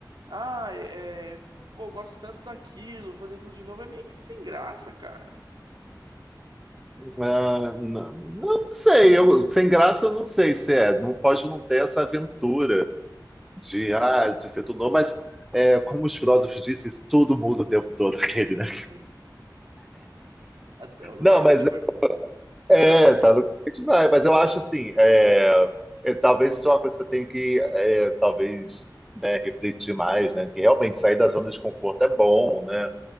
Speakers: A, on the right; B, in the centre.
A: ah, é, é, pô, gosto tanto daquilo, fazer aquilo de novo é meio que sem graça, cara.
B: Ah, não, não sei, eu, sem graça não sei se é. Não pode não ter essa aventura de, ah, de ser tudo novo, mas é, como os filósofos dizem, isso tudo muda o tempo todo, <laughs> aquele, né?
A: <laughs> Até o lugar
B: Não,
A: que
B: mas
A: a gente vai.
B: é,
A: Ah,
B: tá no demais. Mas eu acho assim, é, é, talvez seja uma coisa que eu tenho que, é, talvez, né, refletir mais, né? Que realmente sair da zona de conforto é bom, né?